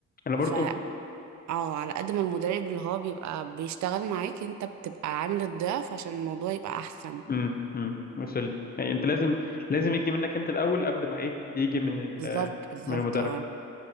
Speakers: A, on the left; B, on the right.
A: انا برضو
B: ف اه على قد ما المدرب اللي هو بيبقى بيشتغل معاك انت بتبقى عامل الضعف عشان الموضوع يبقى احسن
A: امم امم وصل لي يعني انت لازم لازم يجي منك انت الاول قبل ما ايه يجي من
B: بالظبط
A: ال-
B: بالظبط
A: من المدرب
B: اه